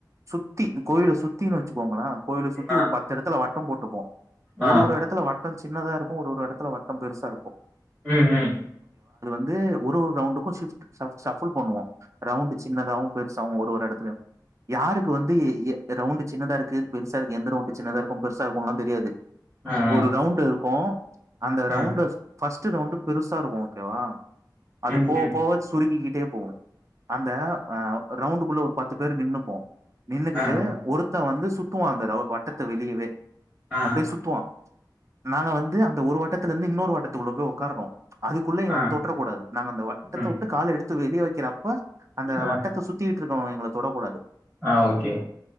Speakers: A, on the right (about 40°); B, on the right (about 25°).
A: சுத்தி இ கோயில சுத்தி வச்சுக்கோங்கள கோயில சுத்தி
B: ஆ
A: ஒரு பத்து இடத்துல வட்டம் போட்டுப்போ
B: ஆ
A: ஒரு ஒரு எடத்துல வட் ட்டம் சின்னதா இருக்கு ஒரு ஒரு இடத்துல வட்டம் பெருசா இருக்கு
B: ம் ம்
A: ந்து ஒரு ஒரு ரவுண்டுக்கு ஷிப்ட் ஷஃப் ஷஃபுல் பண்ணுவோ ரவுண்ட் சின்னதாவு பெருசாவு ஒரு ஒரு எடத்திலயு யாருக்கு வந்து எஎ ரவுண்ட் சின்னதா இருக்கு பெருசா இருக்கு எந்த ரவுண்ட சின்னதா இருக்கு பெருசா இருக்குல்லா தெரியாது
B: ஆ ஆ
A: ஒரு ரவுண்ட் இருக்கு அந்த ரவுண்ட்
B: ஆ
A: ஃபஸ்ட் ரவுண்டு் பெருசா இருக்கு ஓகேவா அது
B: ம்
A: போவ
B: ம்
A: போவ சுருங்கி கிட் டேபோ அந்த ஆ ரவுண்டுக்குள்ள ஒரு பத்து பேர் நின்னு போ நின்னுகிட்டு
B: ஆ ஆ
A: ஒருத்த வந்து துக்குவோ அவ வட்டத்த வெளியவே
B: ஆ
A: அப்பிடியே சுத்துவோ நாங்க வந்து அந்த ஒரு வட்டத்துல இந்து இன்னொரு வட்டத் த்துகுள்ள போய் உட்காரணு அதுக்குள்ள வ
B: ஆ ஆ
A: தொற்றக்கூடாது நா அந்த வட்டத்தவுட்டு
B: ம்
A: கால எடுத் த்து வெளிவக்கிறப்பா அந்த
B: ஆ
A: வட்டத்த சுத்தி ட்ருக்க எங்கள தொடக்கூடாது
B: ஆ ஓகே